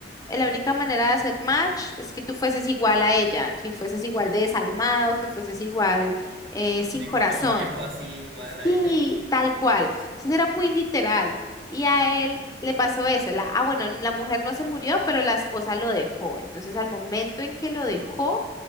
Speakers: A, on the left (about 20°); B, on the right (about 65°).
A: eh, la única manera de hacer match es que tú fueses igual a ella, que fueses igual de desalmado, que fueses igual eh, sin
B: Yo
A: corazón.
B: encontré a un viejo así igual
A: Sí,
B: a ella.
A: tal cual. Entonces era muy literal. Y a él le pasó eso. La, ah, bueno, la mujer no se murió, pero la esposa lo dejó. Entonces, al momento en que lo dejó,